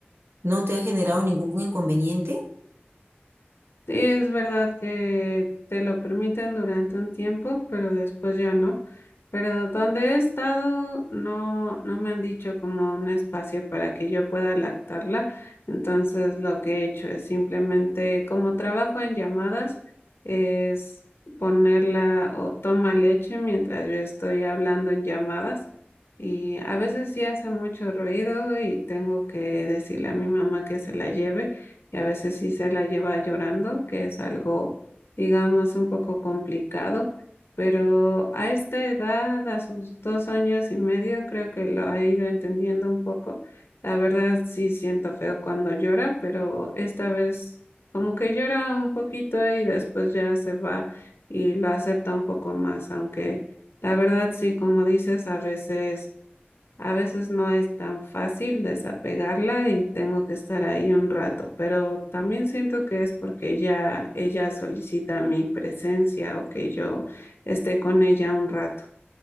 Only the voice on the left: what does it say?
Sí, es verdad que te lo permiten durante un tiempo, pero después ya no. Pero donde he estado, no, no me han dicho como un espacio para que yo pueda lactarla. Entonces, lo que he hecho es simplemente, como trabajo en llamadas, es ponerla o toma leche mientras yo estoy hablando en llamadas. Y a veces sí hace mucho ruido y tengo que decirle a mi mamá que se la lleve y a veces sí se la lleva llorando, que es algo, digamos, un poco complicado, pero a esta edad, a sus dos años y medio, creo que lo ha ido entendiendo un poco. La verdad sí siento feo cuando llora, pero esta vez como que llora un poquito y después ya se va y lo acepta un poco más, aunque la verdad sí, como dices, a veces a veces no es tan fácil desapegarla y tengo que estar ahí un rato, pero también siento que es porque ya ella solicita mi presencia o que yo esté con ella un rato.